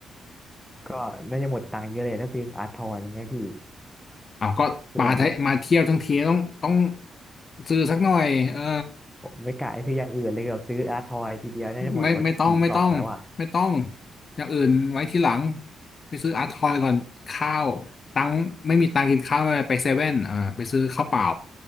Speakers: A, in the centre; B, on the left (about 50°).
A: ก็น่าจะหมดตังค์เยอะเลยถ้าซื้ออาร์ทอนอย่างเงี้ยพี่
B: เอาก็มาไทยมาเที่ยวทั้งทีต้องต้อง
A: คือแบบ
B: ซื้อสักหน่อยเออ
A: ผมไม่กะซื้ออย่างอื่นเลยเดีซื้ออาร์ทอยทีเดียวน่าจะหมดแล้วว่ากี่กล่องแล้วอ่ะ
B: ไม่ไม่ต้องไม่ต้องไม่ต้องอย่างอื่นไว้ทีหลังไปซื้ออาร์ทอยก่อนข้าวตังค์ไม่มีตังค์กินข้าวไม่เป็นไรไปเซเว่นอ่าไปซื้อข้าวเปล่า